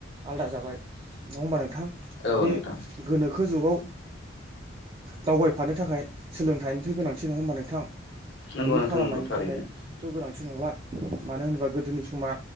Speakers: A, on the right; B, on the left.
A: आलादा जाबाय नंङा होमबा नों थां
B: औ
A: बे
B: नोंथां
A: गोनो खो जुगाव दावबायफानो थाखाय सोलोंथाइनिफ्राय गोनांथि नङा होमबा नोंथां।
B: नंगौ
A: मैहुर
B: नोंथां
A: खालामनायनि
B: नंगौ थारैनो
A: थाखायथ' गोनां थि नंला मानो होनोबा गोदोनि समा